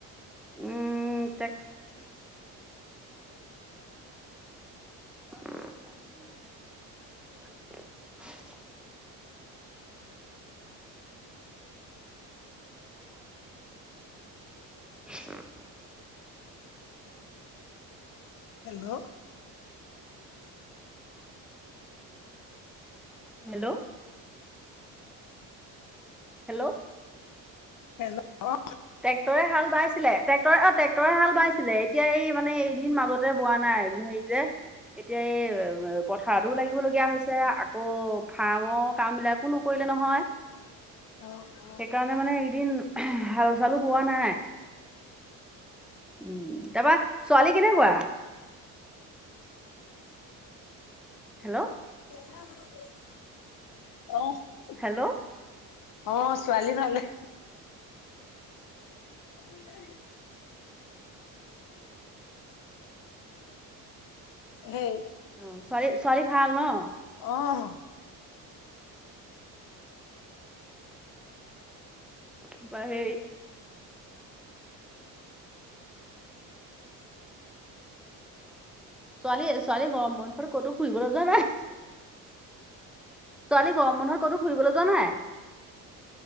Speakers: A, in the centre; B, on the left.
A: উম tech <unintelligible> <inaudible> <inaudible>
B: hello.
A: Hello. Hello.
B: Hello অ'
A: ট্ৰেক্টৰে হাল বাইছিলে। টেক্টৰে অ' ট্ৰেক্টৰে হাল বাইছিলে, এতিয়া এই মানে এইকেইদিন মাজতে বোৱা নাই, হে <unintelligible> এতিয়া এই পথাৰতো লাগিব লগগীয়া হৈছে আকৌ ফাৰ্মৰ কামবিলাক কো নকৰিলে নহয়,
B: অ',
A: সেইকাৰণে মানে একেদিন ছালো বোৱা নাই। উ, তাৰপা ছোৱালী কেনেকুৱা? হেল্ল'।
B: <unintelligible> অ'।
A: হেল্ল'।
B: অ' ছোৱালী ভালে। <unintelligible> সেই
A: <unintelligible> ছোৱালী ছোৱালী ভাল ন'?
B: অ'।
A: কিবা হেৰি ছোৱালী ছোৱালী গৰম বন্ধতো ক'তো ফুৰিব যোৱা নাই? ছোৱালী গৰম বন্ধত ক'তো ফুৰিবলৈ যোৱা নাই?